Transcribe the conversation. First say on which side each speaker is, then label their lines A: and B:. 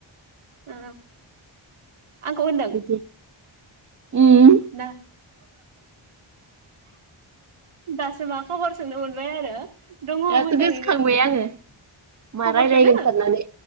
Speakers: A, on the right; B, on the right.
A: औ आंखौ होनदों
B: बिदि उम
A: ना <inaudible> दासो मा खबर सोंनो मोनबाय आरो दङ मोजाङैनो
B: दासो गोसोखांबाय आङो मा
A: खबरखौनो
B: रायलायगोन साननानै।